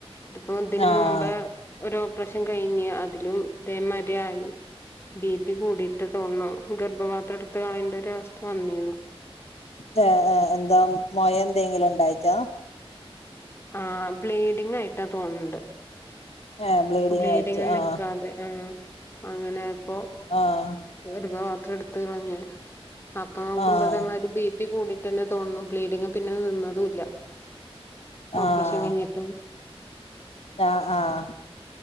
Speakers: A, on the left; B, on the left.
A: ത്പ്പോതിന്
B: ആഹ്
A: മുമ്പ് ഒരോപ്പറേഷൻ കഴിഞ്ഞ് അതിലും ഇതേമാതീരിയായി ബി പി കൂടിട്ട് തോന്നുന്നു ഗർഭപാത്രം എടുത്ത് കളയാണ്ട ഒരവസ്ഥ വന്നിനു
B: ദേഎന്താ മൊയ ത്നേങ്കിലും ണ്ടായിട്ടാ
A: ആഹ് ബ്ലീഡിങ്ങായിട്ടാ തോന്ന്ണ്ട്
B: ഏഹ്
A: ബ്ലീഡിങ്
B: ആയിറ്റ്
A: നിക്കാതെ
B: ആഹ്
A: ആഹ് അങ്ങനായപ്പൊ
B: ആഹ്
A: ഗർഭ പാത്രം ട്ത്ത് കളഞ്ഞ്. അപ്പൊ നോക്കുമ്പതേ
B: ആഹ്
A: മാതിരി ബി പി കൂടി ട്ടന്നെ തോന്നുന്നു ബ്ലീഡിങ് പിന്നെ നിന്നതുംല്ല
B: ആഹ്
A: ഓപ്പറേഷൻ കഴിഞ്ഞിട്ടും
B: ആഹ് ആഹ്